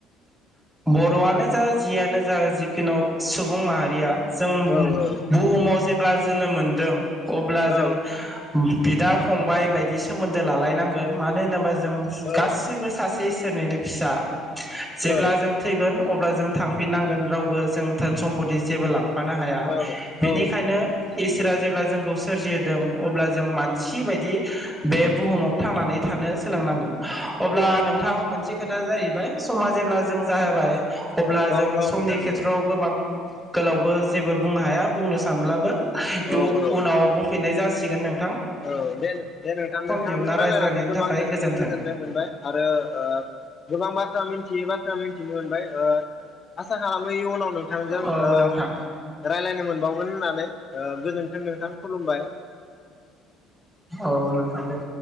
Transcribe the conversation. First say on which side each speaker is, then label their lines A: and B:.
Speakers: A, in the centre; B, on the left.
A: बर' आनो जा जियानो जा जि ख सुबुं माहारिया जों
B: औ औ
A: बुहुमाव जे ब्ला जोनोम मोन्दों अब्ला
B: औ
A: जों बिदा फंबाय बायदि सोमोन्दो लालायनांगोन मानो होनोबा जों
B: औ
A: गासैबो सासे इसोरनिनो फिसा जेब्ला
B: औ
A: जों थैगोन अब्ला जों थां नांगोन रावबो जों धोन सम्फति जेबो लांफानो हाया
B: औ
A: बेनिखायनो
B: औ
A: इसोरा जेब्ला जोंखौ सोरजिदों अब्ला जों मानसि बायदि बे बुहुमाव थांनानै थानो सोलोंनांगोन अब्ला नोंथां मोनसे खोथा जाहैबाय समा जेब्ला जों जाबाय अब्ला
B: औ
A: जों समनि
B: नोंथां
A: खेथ्रआव
B: दे
A: गोबां गोलावबो जेबो बुंनो हाया बुंनो सानब्लाबो
B: औ
A: उ-उनाव
B: औ
A: बुंफिननाय जा सिगोन नों
B: औ दे दे नोंथां नोंथांजों
A: दिहुनना
B: रायलायनानै
A: रायज्लायनायनि
B: गोबां
A: थाखाय
B: गोसोखौ
A: गोजोन्थों
B: गोजोननाय मोनबाय आरो ओ गोबां बा थ्रा मिनथियै बाथ्रा मोनथिनो मोनबाय ओ आसा खालामो इउनाव नोंथांजों ओ
A: औ नोंथां
B: रायलायनो मोन बावगोन होननानै। ओ गोजोन्थों नोंथां खुलुमबाय।
A: औ नोंथां दे।